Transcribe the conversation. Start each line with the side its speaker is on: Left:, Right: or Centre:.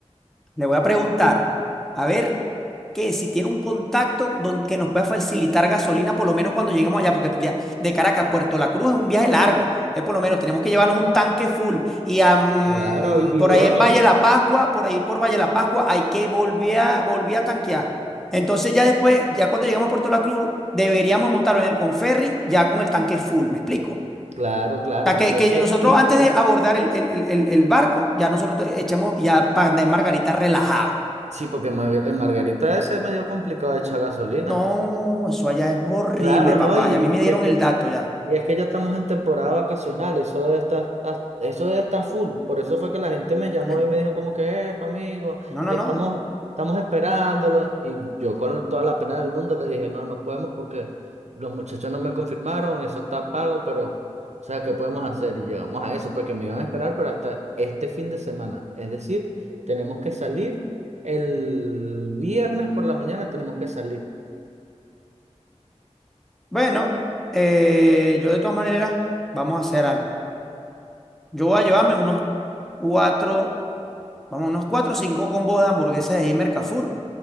Centre: le voy a preguntar, a ver que si tiene un contacto don- que nos pueda facilitar gasolina, por lo menos cuando lleguemos allá, porque de, de Caracas a Puerto La Cruz es un viaje largo. Entonces, por lo menos tenemos que llevarnos un tanque full. Y am,
Right: claro, y bidones.
Centre: por ahí en Valle La Pascua, por ahí por Valle La Pascua, hay que volver a, volver a tanquear. Entonces, ya después, ya cuando llegamos a Puerto La Cruz, deberíamos montarlo en el Conferry ya con el tanque full. ¿Me explico?
Right: Claro, claro,
Centre: O sea,
Right: porque
Centre: que, que
Right: eh,
Centre: nosotros
Right: eh,
Centre: antes
Right: eh,
Centre: de abordar el, el- el- el- el barco, ya nosotros echemos ya para andar en Margarita relajado.
Right: sí, porque en Mar- en Margarita es medio complicado echar gasolina.
Centre: No, eso allá es horrible,
Right: Claro,
Centre: papá.
Right: ¿no? Y,
Centre: Y a mí me
Right: y
Centre: dieron
Right: es que
Centre: el dato ya.
Right: Y es que ya estamos en temporada vacacional, eso debe estar, as- eso debe estar full. Por eso fue que la gente me
Centre: <clears throat>
Right: llamó y me dijo como que, epa, amigo,
Centre: No, no,
Right: estamos,
Centre: no.
Right: estamos esperándolo. Y yo con toda la pena del mundo le dije, no, no podemos porque los muchachos no me confirmaron, eso está pago, pero, o sea, ¿qué podemos hacer? Y llegamos a eso, porque me iban a esperar, pero hasta este fin de semana. Es decir, tenemos que salir el viernes por la mañana, tenemos que salir.
Centre: Bueno, eh, yo de todas maneras, vamos a hacer algo. Yo voy a llevarme unos cuatro, vamos, unos cuatro o cinco combos de hamburguesas de Mercafur